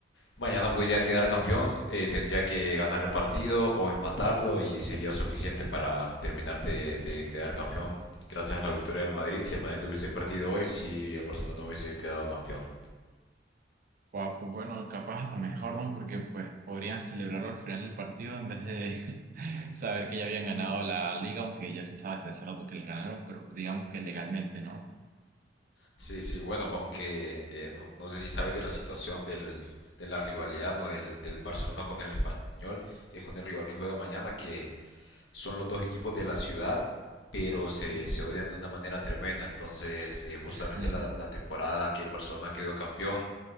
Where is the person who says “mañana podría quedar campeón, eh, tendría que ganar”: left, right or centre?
Left